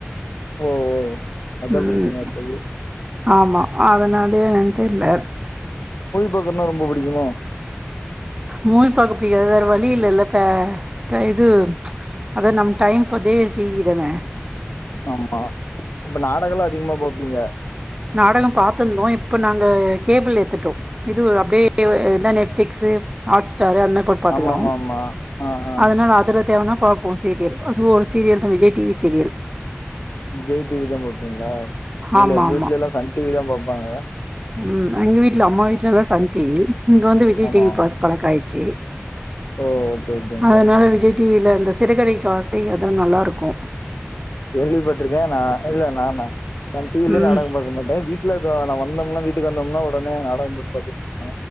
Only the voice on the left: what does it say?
ஓ அதா
பிரச்சனைையாப்பது
பக்க தான ரொம்ப புடிக்குமோ
ஆமா அப்ப நாடகலா அதிகமா பாப்பீங்க
ஆமாமாமா ஆ ஆ
Vijay TV தா பாப்பீங்களா இல்ல
எங்க
வீட்லல்லா சன் டி விதா பாப்பாங்க
ஆமா
ஓ ஓகே ஓகேங்க்கா
கேள்விப்பட்டிருக்கே நா இல்ல நானா சன் டி விலயே
நாடக பாக்க மாட்டே வீட்ல நா வந்தன் முன்ன வீட்டுகு வந்தம்னா ஒடனே நாடக போட்டு பாத்துகிட்ருக்கு